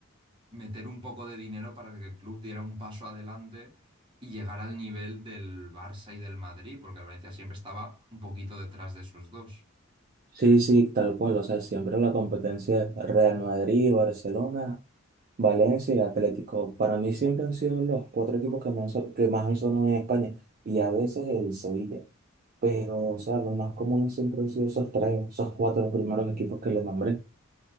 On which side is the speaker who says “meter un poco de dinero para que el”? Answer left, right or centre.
Right